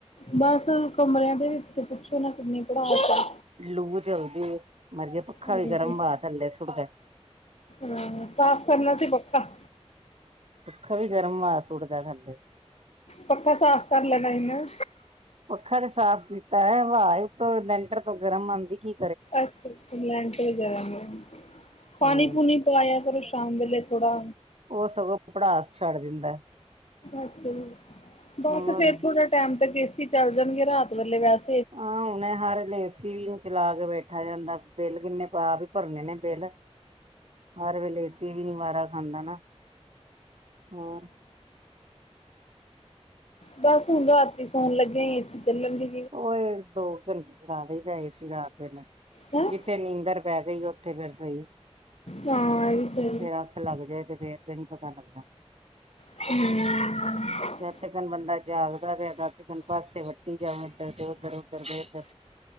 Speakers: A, on the left; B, on the right.
A: ਬਸ ਕਮਰਿਆਂ ਦੇ ਵਿੱਚ ਤੇ ਪੁੱਛੋ ਨਾ ਕਿੰਨੀ ਪੜਾਸ ਐ।
B: ਲੂ ਚਲਦੀ ਏ ਮਰਗੇ ਪਖਾ
A: ਹਾਂਜੀ
B: ਵੀ ਗਰਮ ਵਾ ਥੱਲੇ ਸੁੱਟਦਾ।
A: ਹਾਂ ਸਾਫ਼ ਕਰਨਾ ਸੀ ਪੱਖਾ।
B: ਪੱਖਾ ਵੀ ਗਰਮ ਮਾਸ ਸੁੱਟਦਾ ਥੱਲੇ।
A: ਪੱਖਾ ਸਾਫ਼ ਕਰ ਲੈਣਾ ਹੀ ਨਾ।
B: ਪੱਖਾ ਤੇ ਸਾਫ਼ ਕੀਤਾ ਐ ਹਵਾ ਈ ਉਤੋਂ ਲੈਂਟਰ ਤੋਂ ਗਰਮ ਆਂਦੀ ਹੀ
A: ਅੱਛਾ- ਅੱਛਾ ਲੈਂਟਰ ਗਰਮ ਏ। ਪਾਣੀ-ਪੂਣੀ
B: ਹਾਂ
A: ਪਾਇਆ ਕਰੋ ਸ਼ਾਮ ਵੇਲੇ ਥੋੜਾ।
B: ਉਹ ਸਗੋਂ ਪੜਾਸ ਛੱਡ ਦਿੰਦਾ
A: ਅੱਛਾ ਜੀ, ਬਸ
B: ਹੋਰ
A: ਫਿਰ ਥੋੜਾ ਟੈਮ ਤਕ ਏਸੀ ਚੱਲ ਜਾਣਗੇ ਰਾਤ ਵੇਲੇ ਵੈਸ
B: ਆਂ ਹੁਣੇ ਹਰ ਏਸੀ ਚਲਾ ਦਵੇ ਠਾ ਜਾਂਦਾ ਬਿਲ ਕਿੰਨੇ ਪਾਪ ਈ ਭਰਨੇ ਨੇ ਬਿਲ। ਹਰ ਵੇਲੇ ਏਸੀ ਵੀ ਨੀ ਵਾਰਾ ਖਾਂਦਾ ਨਾ। ਹਾਂ।
A: ਬਸ ਹੁਣ ਰਾਤੀ ਸੋਣ ਲੱਗਿਆਂ ਏਸੀ ਚੱਲਣ ਦੀ।
B: ਓਏ ਦੋ ਘੰਟੇ ਚਲਾ ਦਈ ਏਸੀ ਰਾਤ ਵੇਲੇ।
A: ਹੈਂ
B: ਜਿੱਥੇ ਨੀਂਦਰ ਪੈ ਗਈ ਉੱਥੇ ਫਿਰ ਸਹੀ।
A: ਹਾਂ ਐਵੀ ਸਈ
B: ਫਿਰ ਅੱਖ ਲੱਗ ਫਿਰ ਤੇ ਨੀ ਪਤਾ ਲੱਗਦਾ
A: <unintelligible>
B: <unintelligible> ਬੰਦਾ ਜਾਗਦਾ ਪਿਆ ਤਾਂ ਚਿਕਨ ਪਾਸੇ ਵੱਟੀ <unintelligible> ਉਧਰ ਇਧਰ